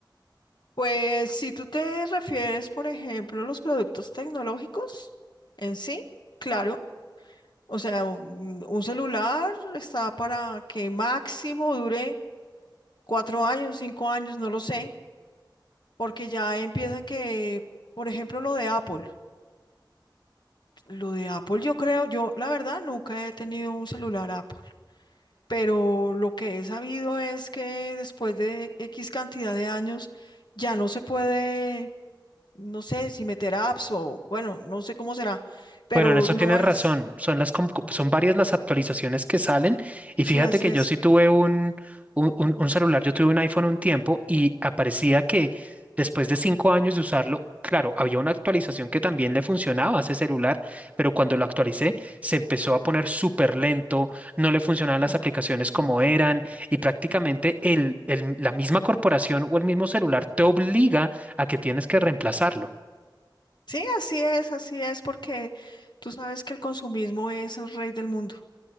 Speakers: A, on the left; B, on the right.
A: pues si tú te refieres, por ejemplo, a los productos tecnológicos en sí, claro, o sea, un un celular está para que máximo dure cuatro años, cinco años, no lo sé, porque ya empiezan que, por ejemplo, lo de Apple, lo de Apple yo creo, yo la verdad nunca he tenido un celular Apple. pero lo que he sabido es que después de X cantidad de años ya no se puede, no sé si meter apps o bueno, no sé cómo será, pero
B: Bueno, en eso
A: no
B: tienes
A: es,
B: razón. Son las, com- son varias las actualizaciones que salen. Y
A: sí,
B: fíjate
A: así
B: que
A: es.
B: yo sí tuve un, un, un- un celular, yo tuve un iPhone un tiempo y aparecía que después de cinco años de usarlo, claro, había una actualización que también le funcionaba a ese celular, pero cuando lo actualicé se empezó a poner súper lento, no le funcionaban las
A: claro.
B: aplicaciones como eran y prácticamente el, el- la misma corporación o el mismo celular te obliga a que tienes que reemplazarlo.
A: Sí, así es, así es, porque tú sabes que el consumismo es el rey del mundo.